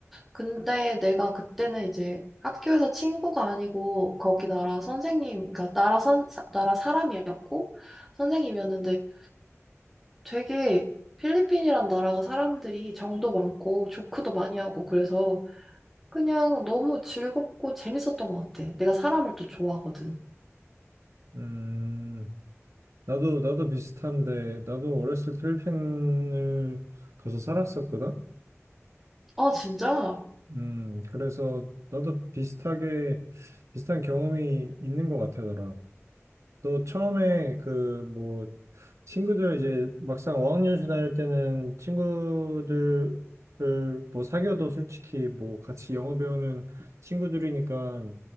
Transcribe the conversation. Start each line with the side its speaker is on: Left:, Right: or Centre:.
Centre: 근데 내가 그때는 이제 학교에서 친구가 아니고 거기 나라 선생님, 그러니까 나라 선, 사- 나라 사람이었고 선생님이었는데 되게 필리핀이란 나라가 사람들이 정도 많고 조크도 많이 하고 그래서 그냥 너무 즐겁고 재밌었던 것 같아. 내가 사람을 또 좋아하거든.
Right: 음, 나도 나도 비슷한데 나도 어렸을 때 필리핀을 가서 살았었거든.
Centre: 아, 진짜?
Right: 음, 그래서 나도 비슷하게 비슷한 경험이 있는 것 같더라. 너 처음에 그 뭐 친구들 이제 막상 어학연수 다닐 때는 친구들을 뭐 사귀어도 솔직히 뭐 같이 영어 배우는 친구들이니까